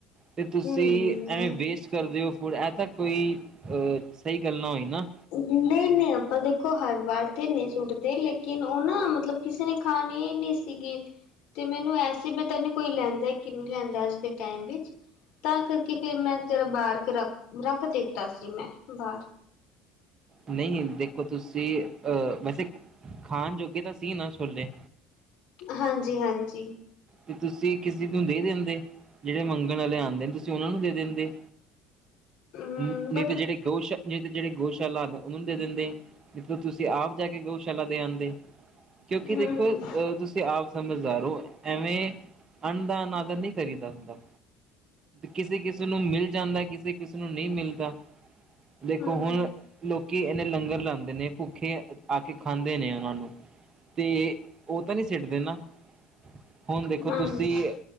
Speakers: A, on the right; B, on the left.
A: ਤੇ ਤੁਸੀਂ
B: ਹਮ
A: ਐਵੇਂ ਵੇਸਟ ਕਰਦੇ ਹੋ ਫੂਡ ਇਹ ਤਾਂ ਕੋਈ ਸਹੀ ਗੱਲ ਨਾ ਹੋਈ ਨਾ।
B: ਨਹੀਂ-ਨਹੀਂ ਆਪਾਂ ਦੇਖੋ ਹਰ ਵਾਰ ਤੇ ਨੀ ਸੁੱਟਦੇ ਲੇਕਿਨ ਉਹ ਨਾ ਮਤਲਬ ਕਿਸੇ ਨੇ ਖਾਣੇ ਈ ਨਹੀਂ ਸੀਗੇ। ਤੇ ਮੈਨੂੰ ਐਸੇ ਪਤਾ ਨਹੀਂ ਕੋਈ ਲੈਂਦਾ ਕਿ ਨਹੀਂ ਲੈਂਦਾ ਅੱਜ ਦੇ ਟੈਮ ਵਿੱਚ। ਤਾਂ ਕਰਕੇ ਫੇਰ ਮੈਂ ਤੇਰਾ ਬਾਹਰ ਕੇ ਰ ਰੱਖ ਦਿੱਤਾ ਸੀ ਮੈਂ ਬਾਹਰ।
A: ਨਹੀਂ ਦੇਖੋ ਤੁਸੀਂ ਅਹ ਵੈਸੇ ਖਾਣ ਜੋਗੇ ਤਾਂ ਸੀ ਨਾ ਛੋਲੇ।
B: ਹਾਂਜੀ-ਹਾਂਜੀ
A: ਤੇ ਤੁਸੀਂ ਕਿਸੇ ਨੂੰ ਦੇ ਦਿੰਦੇ, ਜਿਹੜੇ ਮੰਗਣ ਵਾਲੇ ਆਉਂਦੇ ਨੇ ਤੁਸੀਂ ਉਹਨਾਂ ਨੂੰ ਦੇ ਦਿੰਦੇ।
B: ਹਮ
A: ਨਹੀਂ
B: ਬਟ
A: ਤਾਂ ਜਿਹੜੇ ਗਊਸ਼ਾਲ ਨਹੀਂ ਤਾਂ ਜਿਹੜੇ ਗਊਸ਼ਾਲਾ ਨੇ ਉਹਨਾਂ ਨੂੰ ਦੇ ਦਿੰਦੇ। ਨਲ ਤੁਸੀਂ ਤੁਸੀਂ ਆਪ ਜਾ ਕੇ ਗਊਸ਼ਾਲਾ ਦੇ ਆਂਦੇ ਕਿਉਂਕਿ
B: ਹਮ
A: ਦੇਖੋ ਅਹ ਤੁਸੀਂ ਆਪ ਸਮਝਦਾਰ ਹੋ। ਐਵੇਂ, ਅੰਨ ਦਾ ਅਨਾਦਰ ਨਹੀਂ ਕਰੀ ਦਾ ਹੁੰਦਾ। ਕਿਸੇ-ਕਿਸੇ ਨੂੰ ਮਿਲ ਜਾਂਦਾ ਕਿਸੇ ਕਿਸੇ ਨੂੰ ਨਹੀਂ ਮਿਲਦਾ, ਦੇਖੋ
B: ਹਮ
A: ਹੁਣ ਲੋਕੀ ਇਹਨੇ ਲੰਗਰ ਲਾਉਂਦੇ ਨੇ ਭੁੱਖੇ ਆ ਕੇ ਖਾਂਦੇ ਨੇ ਉਹਨਾਂ ਨੂੰ, ਤੇ ਉਹ ਤਾਂ ਨਹੀਂ ਸਿੱਟਦੇ ਨਾ, ਹੁਣ ਦੇਖੋ
B: ਹਾਂਜੀ
A: ਤੁਸੀਂ